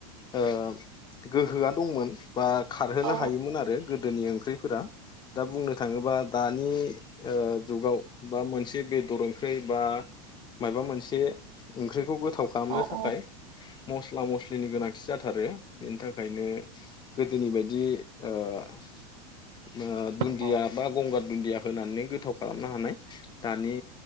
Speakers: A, on the left; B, on the right.
A: ओ गोहोआ दंमोन बा खारहोनो
B: औ
A: हायोमोन आरो गोदोनि ओंख्रिफोरा दा बुंनो थाङोबा दानि ओ जुगाव बा मोनसे बेदर ओंख्रि बा माबा मोनसे ओंख्रिखौ गोथाव खालामनो
B: औ
A: थाखाय
B: औ
A: मस्ला मस्लिनि गोनांथि जाथारो बेनि थाखायनो गोदोनि बायदि ओ ओ दुन्दिया
B: औ
A: बा गंगार दुन्दिया होनानै गोथाव खालामनो हानाय दानि